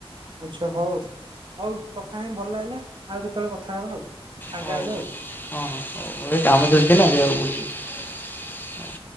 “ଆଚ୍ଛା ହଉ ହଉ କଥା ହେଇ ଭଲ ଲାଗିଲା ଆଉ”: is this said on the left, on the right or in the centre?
Right